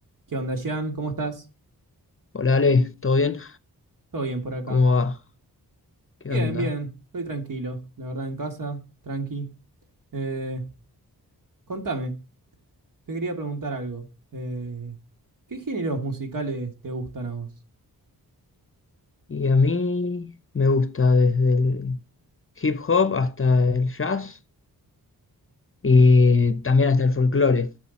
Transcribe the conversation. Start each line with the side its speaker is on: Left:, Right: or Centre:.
Right: ¿Qué onda, Jean? ¿Cómo estás?
Left: Hola Ale, ¿todo bien?
Right: ¿Todo bien por acá?
Left: ¿Cómo va? ¿Qué
Right: Bien,
Left: onda?
Right: bien. Estoy tranquilo. La verdad, en casa, tranqui. Eh, contame, te quería preguntar algo. Eh, ¿qué géneros musicales te gustan a vos?
Left: Y a mí me gusta desde el hip hop hasta el jazz y también hasta el folclore.